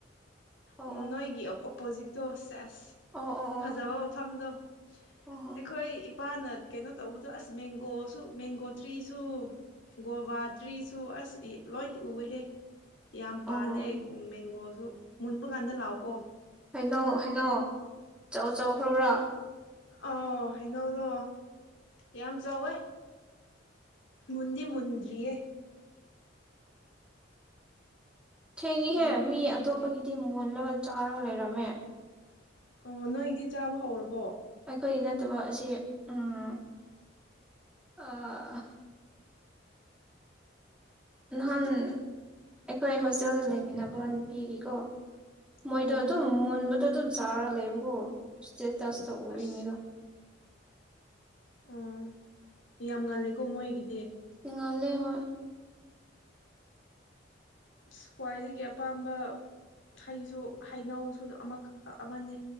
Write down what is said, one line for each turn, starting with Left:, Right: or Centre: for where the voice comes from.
Centre: ꯑꯣ
Left: ꯎꯝ
Centre: ꯑꯣ
Left: ꯅꯣꯏꯒꯤ ꯄꯣꯖꯤꯇꯣꯁꯦ ꯑꯁ
Centre: ꯑꯣ ꯑꯣ ꯑꯣ
Left: ꯐꯖꯕ
Centre: ꯑꯣ
Left: ꯃꯐꯝꯗꯣ
Centre: ꯑꯣ ꯑꯣ
Left: ꯑꯩꯈꯣꯏ ꯅꯨꯄꯥꯅ ꯀꯩꯅꯣ ꯇꯧꯕꯗꯣ ꯑꯁ ꯃꯦꯡꯒꯣꯁꯨ ꯃꯦꯡꯒꯣ ꯇ꯭ꯔꯤꯁꯨ ꯒꯣꯕꯥ ꯇ꯭ꯔꯤꯁꯨ ꯑꯁ ꯂꯣꯏ ꯎꯏꯍꯦ ꯌꯥꯝ ꯄꯥꯜꯂꯦ
Centre: ꯑꯣ
Left: ꯃꯦꯡꯒꯣꯁꯨ ꯃꯨꯟꯕ ꯀꯥꯟꯗ ꯂꯥꯎꯒꯣ
Centre: ꯍꯩꯅꯧ ꯍꯩꯅꯧ ꯆꯥꯎ ꯆꯥꯎꯈ꯭ꯔꯕ꯭ꯔꯥ
Left: ꯑ ꯍꯩꯅꯧꯗꯣ ꯌꯥꯝ ꯆꯥꯎꯋꯦ ꯃꯨꯟꯗꯤ ꯃꯨꯟꯗ꯭ꯔꯤꯌꯦ
Centre: ꯊꯦꯡꯉꯤꯍꯦ
Left: ꯃꯨꯟꯗꯤ
Centre: ꯃꯤ
Left: ꯃꯨꯟꯗ꯭ꯔꯤ
Centre: ꯑꯇꯣꯞꯄꯒꯤꯗꯤ ꯃꯣꯜꯂꯒ ꯆꯥꯔ ꯂꯩꯔꯝꯃꯦ
Left: ꯑꯣ ꯅꯣꯏꯗꯤ ꯆꯥꯕ ꯍꯧꯔꯕꯣ
Centre: ꯑꯈꯣꯏꯒꯤ ꯅꯠꯇꯕ ꯑꯁꯤ ꯎꯝ ꯑꯥ ꯅꯍꯥꯟ ꯑꯈꯣꯏ ꯍꯣꯁꯇꯦꯜꯗ ꯂꯩꯃꯤꯟꯅꯕ ꯅꯨꯄꯤꯒꯤꯀꯣ ꯃꯣꯏꯗꯣ
Left: ꯑꯣ
Centre: ꯗꯨꯝ ꯃꯨꯟꯕꯗꯣ ꯑꯗꯨꯝ ꯆꯥꯔ ꯂꯩꯕꯀꯣ ꯢꯇꯦꯠ ꯇꯁ ꯇꯧꯕꯩꯅꯤꯗ
Left: ꯑꯁ ꯎꯝ ꯌꯥꯝ ꯉꯜꯂꯦꯀꯣ ꯃꯣꯏꯒꯤ
Centre: ꯉꯜꯂꯦ ꯍꯣꯏ
Left: ꯑꯁ ꯈ꯭ꯋꯥꯏꯗꯒꯤ ꯑꯄꯥꯝꯕ ꯍꯩꯁꯨ ꯍꯩꯅꯧꯁꯨ ꯑꯃꯛ ꯑꯃꯅꯤ